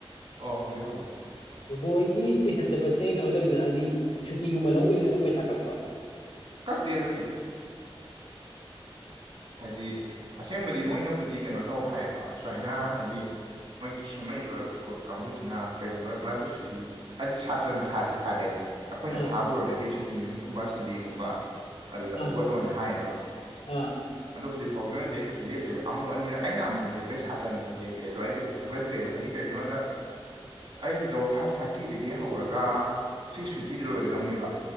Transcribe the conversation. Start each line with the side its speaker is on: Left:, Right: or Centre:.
Right: ꯑꯥꯍ ꯍꯪꯕꯤꯌꯨ ꯍꯪꯕꯤꯌꯨ
Left: ꯕ꯭ꯔꯣ ꯍꯣꯏꯒꯤ ꯇꯨꯏꯁꯟ ꯆꯠꯄꯁꯦ ꯀꯩꯅꯣ ꯇꯧꯢꯗꯅ ꯍꯥꯏꯗꯤ ꯁꯨꯇꯤꯒꯨꯝꯕ ꯂꯧꯕꯩꯁꯨ ꯑꯗꯨꯝ ꯄꯩꯁꯥ ꯀꯛꯄ꯭ꯔꯣ
Right: ꯀꯥꯛꯇꯦ ꯑꯗꯨꯒꯤꯗꯤ ꯍꯥꯏꯗꯤ ꯑꯁꯦꯡꯕꯗꯤ ꯃꯣꯏꯅꯕꯨꯗꯤ ꯀꯩꯅꯣ ꯇꯧ ꯍꯥꯏꯌꯦꯕ ꯁꯨꯃꯥꯏꯅ ꯍꯥꯏꯗꯤ ꯃꯣꯏꯒꯤ ꯁꯦꯝꯃꯛꯏꯕ ꯀꯥꯡꯕꯨꯗꯨꯅ ꯀꯔꯤꯒꯨꯝꯕ ꯃꯔꯛꯇ ꯁꯨꯇꯤ ꯍꯥꯢꯗꯤ ꯁꯥꯇ꯭ꯔꯅ ꯊꯥꯔꯗꯤ ꯊꯥꯔꯛꯑꯦ ꯑꯩꯈꯣꯏꯅ
Left: ꯑꯥ
Right: ꯊꯥꯕ ꯑꯣꯏꯔꯒꯗꯤ ꯁꯨꯇꯤ ꯅꯨꯃꯤꯠꯀꯨꯝꯕ ꯁꯟꯗꯦꯒꯨꯝꯕ ꯑꯗꯨꯗ
Left: ꯑꯥ
Right: ꯐꯨꯒꯠꯂꯣꯅ ꯍꯥꯏꯌꯦꯕ
Left: ꯑꯥ
Right: ꯑꯗꯣ ꯍꯧꯖꯤꯛ ꯐꯥꯎꯒꯤ ꯑꯣꯏꯅꯗꯤ ꯑꯩꯩ ꯀꯩꯁꯨ ꯂꯦꯞꯇꯦꯕ ꯑꯃꯨꯛ ꯑꯅꯤꯔꯛ ꯑꯩꯅ ꯑꯃꯨꯛ ꯂꯦꯞꯄꯦ ꯁꯥꯇ꯭ꯔꯅ ꯑꯃꯨꯛ ꯂꯦꯞꯄꯦ ꯑꯗ ꯑꯩ ꯀꯩꯁꯨ ꯐꯨꯒꯠꯇ꯭ꯔꯦꯕ ꯍꯥꯏꯗꯤ ꯀꯔꯤꯒꯤꯅꯣꯗ ꯑꯩꯒꯤꯗꯣ ꯐꯥꯏꯚ ꯊꯥꯔꯇꯤꯗꯒꯤ ꯍꯧꯔꯒ ꯁꯤꯛꯁ ꯐꯤꯞꯇꯤꯗ ꯂꯣꯏꯒꯗꯧꯅꯦꯕ